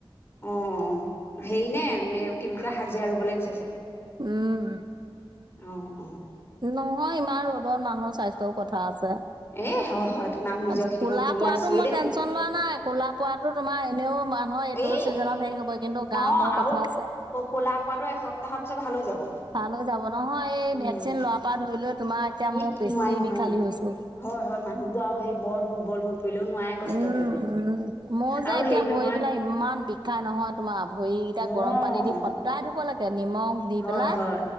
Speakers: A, on the left (about 25°); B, on the right (about 50°).
A: অ অ হেৰি নে, মে কি বুলি কয় হাজিৰা ৰুবলৈ গৈছে চাগে।
B: উম
A: অ অহ
B: নহয়, ইমান ৰ'দত মানুহৰ স্বাস্থ্যও কথা আছে।
A: এ হয় হয় তোন আৰু নিজৰ
B: আচ্ছা,
A: খেতিকণ
B: ক'লা
A: কৰিবলৈ
B: পৰাতো
A: আছেই
B: মই
A: দেখোন
B: টেনচন লোৱা নাই। ক'লা পৰাতো তোমাৰ এনেও মানুহৰ এইটো
A: এই
B: ছিজনত হেৰি হ'বই কিন্তু কামৰ
A: অ আৰু
B: কথা আছে,
A: ক ক'লা পোৱাটো এসপ্তাহৰ পিছত ভাল হৈ যাব।
B: তালৈ যাব নহয় এই
A: উম।
B: ভে কচিন লোৱা পৰা ধৰি লোৱা তোমাৰ এতিয়া
A: ই
B: মই বেছি
A: নোৱাৰি নোৱাৰি
B: বিশালী হৈছো।
A: হয়, হয় মানুহবিলাকৰ সেই বৰ দুৰ্বল হৈ ফুৰিলেও নোৱাৰে কষ্ট
B: উম
A: কৰিব।
B: উম মোৰ যে
A: আৰু
B: এতিয়া
A: হেৰি
B: ভৰিবিলাক
A: নহয়
B: ইমান বিষাই নহয় তোমাৰ। ভৰিকেইটা গৰম
A: অ
B: পানী দি স দায় ধুব লাগে নিমখ দি
A: হয়
B: পেলাই
A: হয়